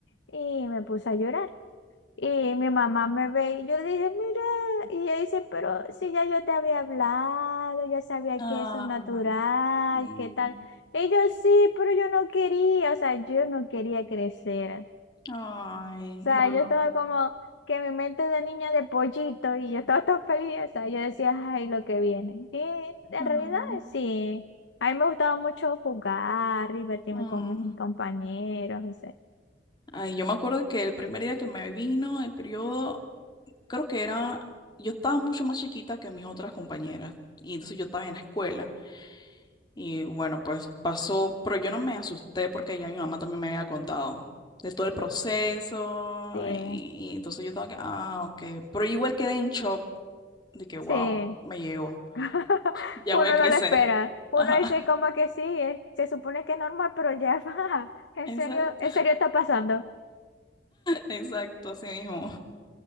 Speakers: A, on the left; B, on the left.
A: y me puse a llorar. Y mi mamá me ve y yo le dije, mira, y ella dice, pero si ya yo te había hablado, yo sabía
B: Ah,
A: que eso es natural,
B: mm,
A: ¿qué tal? Y yo sí, pero yo no quería, o sea, yo no quería crecer.
B: ay,
A: O sea,
B: bueno.
A: yo estaba como que mi mente de niña de pollito y yo estaba tan feliz, o sea, yo decía, ay, lo que viene. Y en
B: ah,
A: realidad sí, a mí me gustaba mucho jugar, divertirme
B: mm.
A: con mis compañeros, o sea,
B: Ay, yo me acuerdo que el primer día que me vino el periodo, creo que era, yo estaba mucho más chiquita que mis otras compañeras. Y entonces yo estaba en la escuela. Y bueno, pues pasó, pero yo no me asusté porque ya mi mamá también me había contado de todo el proceso.
A: sí,
B: Y, y entonces yo estaba que, ah, ok. Pero igual quedé en shock de que, wow,
A: sí.
B: me llegó.
A: <laughs>
B: Ya
A: Uno
B: voy a crecer.
A: no lo espera. Uno
B: Ajá,
A: dice como que sí, eh, se supone que es normal, pero ya <laughs> va. En
B: <laughs> exacto,
A: serio, en serio está pasando.
B: exacto, así mismo.